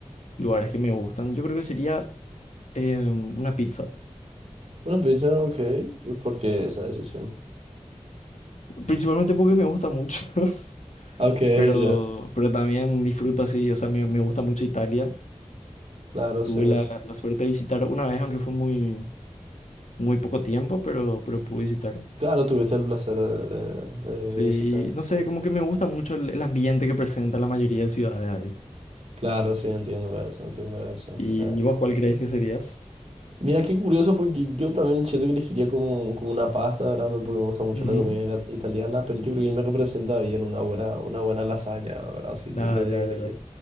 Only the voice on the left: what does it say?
lugares que me gustan. Yo creo que sería eh, una pizza.
Principalmente porque me gusta mucho, <laughs>
pero,
pero también disfruto así, o sea, me, me gusta mucho Italia
Tuve
la, la suerte de visitar una vez, aunque fue muy, muy poco tiempo, pero, pero pude visitar.
Sí,
no sé,
como que me gusta mucho el, el ambiente que presenta la mayoría de ciudades ahí.
¿Y
vos cuál crees que serías?
Ujú.
Ya,
ya,
ya, ya.